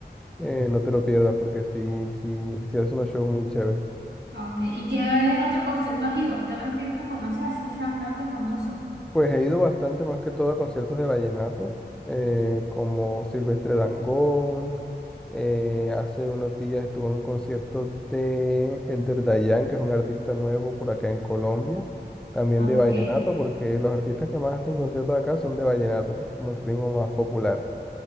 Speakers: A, in the centre; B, on the right.
A: eh, no te lo pierdas porque sí, sí, sí hace unos shows muy chéveres.
B: Ah, Ok. ¿Y qué otro concierto has ido? ¿Qué otro artista conoces? Así que sea bastante famoso.
A: Pues he ido bastante más que todo a conciertos de vallenato, eh, como Silvestre Dangond. eh, hace unos días estuve en un concierto de Elder Dayan, que es un artista nuevo por acá en Colombia, también
B: Ah,
A: de vallenato,
B: ok.
A: porque los artistas que más hacen conciertos acá son de vallenato, que es como el ritmo más popular,